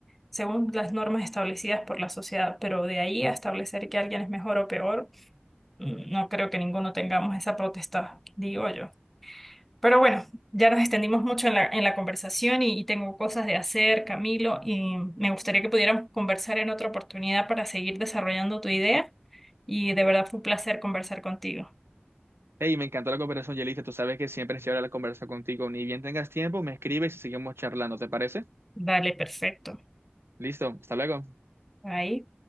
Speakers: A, in the centre; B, on the right (about 80°).
A: según las normas establecidas por la sociedad, pero de ahí a establecer que alguien es mejor o peor, mm, no creo que ninguno tengamos esa protesta, digo yo. Pero bueno, ya nos extendimos mucho en la, en la conversación y, y tengo cosas de hacer, Camilo, y me gustaría que pudiéramos conversar en otra oportunidad para seguir desarrollando tu idea. Y de verdad fue un placer conversar contigo.
B: Hey, me encantó la conversación, Yelita. Tú sabes que siempre es chévere la conversa contigo. Ni bien tengas tiempo, me escribes y seguimos charlando, ¿te parece?
A: Dale, perfecto.
B: Listo, hasta luego.
A: Ahí.